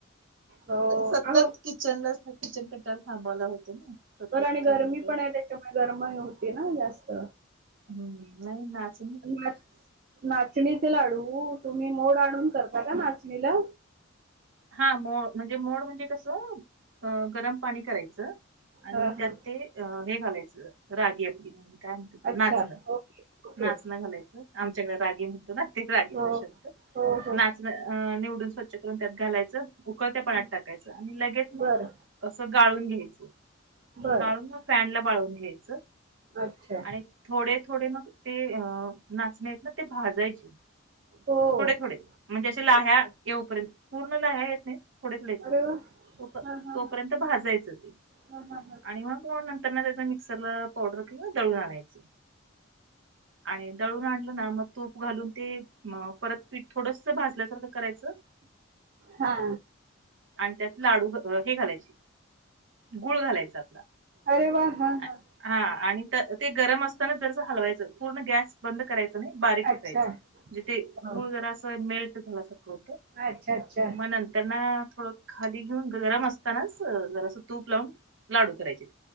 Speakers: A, on the right (about 45°); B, on the right (about 65°).
A: हो अहो
B: सतत किचनला किचन कट्याला थांबवला होतो ना. सतत
A: बरं आणि
B: काही
A: गरमी
B: ना काही
A: पण आहे त्याच्यामुळे गरमही होती ना जास्त.
B: हम्म नाही ना आज
A: नाच नाचणीचे लाडू तुम्ही मोड आणून करता का नाचणीला?
B: हा मो म्हणजे मोड म्हणजे कसं गरम पाणी अ कराय चं आणि
A: हा
B: त्यात
A: हा
B: ते हे घालायचं रागी आपली म्हणजे काय म्हणतात त्याला
A: अच्छा
B: नाचणं
A: ओके ओके
B: नाचणं घालायचं आमच्याकडे रागी म्हणतो ना ते रागीला
A: हो
B: शब्द
A: हो हो
B: नाच अ निवडून स्वच्छ करून त्यात घालायचं उकळत्या
A: हं.
B: पाणायात टाकायचं आणि लगेच मग
A: बरं
B: कसं गाळून घ्यायचं
A: बरं
B: गाळून मग फॅनला वाळवुन घ्यायचं.
A: अच्छा!
B: आणि थोडे थोडे मग ते अ नाचणे आहेत ना ते भाजायचे
A: हो
B: थोडे-थोडे म्हणजे अशे लाह्या
A: अच्छा
B: येऊपर्यंत पूर्ण लाह्या येत नाही थोडे-थोडे येते
A: अरे वा
B: तो
A: हा हा
B: तोपर्यंत
A: हा
B: भाजायच ते
A: हा हा हा
B: आण <unintelligible> नंतरना त्याचा मिक्सरला पावडर किंवा दळून आणायचं. आणि दळून आणलं ना मग तूप घालून ते म परत पीठ थोडसा भाजल्यासारखं करायचं
A: हा.
B: आणि त्यात लाडू हे घालायची गुळ घालायचा आपला.
A: अरे वा हा
B: आ-
A: हा.
B: हा आणि त ते गरम असतानाच जरास हलवायचं पूर्ण गॅस बंद करायचं नाही बारीक
A: अच्छा
B: ठेवायचं म्हणजे ते
A: हो
B: गुळ जरा असं मेल्ट झाल्यासारखं होतं.
A: अच्छा अच्छा
B: म नंतर ना थोडं खाली घेऊन गरम अस तानच जरासा तूप लावून लाडू करायचे.